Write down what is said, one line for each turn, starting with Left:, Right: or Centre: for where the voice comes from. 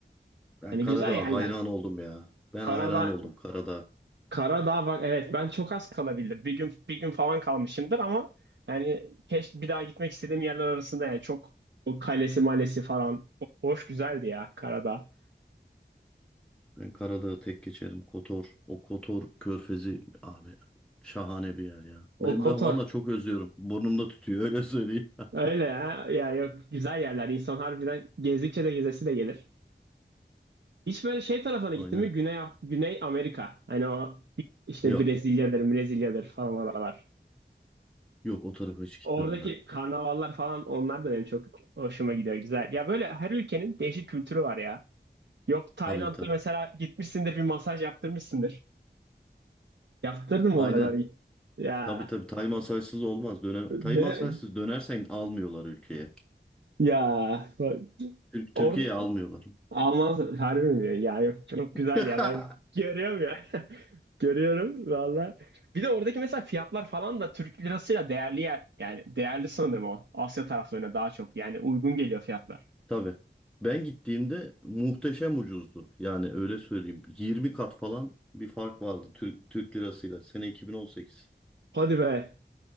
Centre: Ben
Right: hani
Centre: Karadağ'a
Right: güzel yerler.
Centre: hayran oldum ya. Ben
Right: Karadağ,
Centre: hayran oldum Karadağ.
Right: Karadağ bak evet ben çok az kalabildim. Bir gün bir gün falan kalmışımdır ama yani keşke bir daha gitmek istediğim yerler arasında yani çok o kalesi malesi falan o- hoş güzeldi ya Karadağ.
Centre: Ben Karadağ'ı tek geçerim. Kotor, o Kotor körfezi abi şahane bir yer ya. Ben,
Right: O Kotor
Centre: ben valla çok özlüyorum. Burnumda tutuyor öyle söyleyeyim. <laughs>
Right: öyle ya, ya yok güzel yerler insan harbiden gezdikçe de gezesi de gelir. Hiç böyle şey tarafına
Centre: Aynen.
Right: gittin mi? Güney, Güney Amerika. Hani o işte
Centre: Yok.
Right: Brezilya'dır, Brezilya'dır falan oralar.
Centre: Yok o tarafa hiç
Right: Oradaki
Centre: gitmedim ben.
Right: karnavallar falan onlar da benim çok hoşuma gidiyor. Güzel. Ya böyle her ülkenin değişik kültürü var ya. Yok Tayland'da
Centre: Tabii tabii.
Right: mesela gitmişsindir bir masaj yaptırmışsındır. Yaptırdın mı
Centre: Aynen.
Right: oraları? Ya.
Centre: Tabii tabii. Tay masajsız olmaz. Döne
Right: De,
Centre: Tay masajsız dönersen almıyorlar ülkeye.
Right: ya. Bak,
Centre: Türk
Right: Orada
Centre: Türkiye'ye almıyorlar.
Right: Almaz harbi mi diyor? Ya yok çok güzel
Centre: <laughs>
Right: ya ben görüyorum ya. <laughs> Görüyorum valla. Bir de oradaki mesela fiyatlar falan da Türk lirasıyla değerli yer, yani değerli sanırım o. Asya taraflarına daha çok yani uygun geliyor fiyatlar.
Centre: Tabii. Ben gittiğimde muhteşem ucuzdu. Yani öyle söyleyeyim. 20 kat falan bir fark vardı Türk, Türk lirasıyla. Sene 2018.
Right: Hadi be.